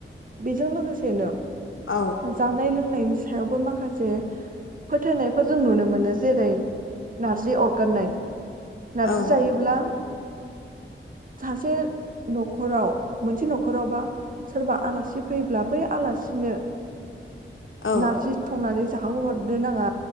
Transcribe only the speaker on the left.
औ
औ
औ